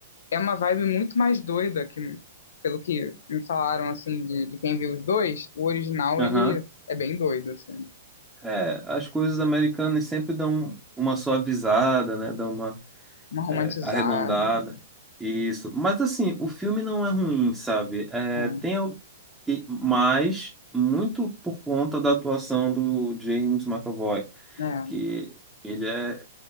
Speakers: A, on the left; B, in the centre.
A: é uma vibe muito mais doida que, pelo que me falaram, assim, de, de quem viu os dois, o original,
B: Aham.
A: ele é bem doido, assim.
B: É, as coisas americanas sempre dão uma suavizada, né? Dão uma
A: Uma romantizada.
B: é, arredondada. Isso. Mas assim, o filme não é ruim, sabe? É,
A: É,
B: tem al- e- mas muito por conta da atuação do James McAvoy,
A: né?
B: que ele é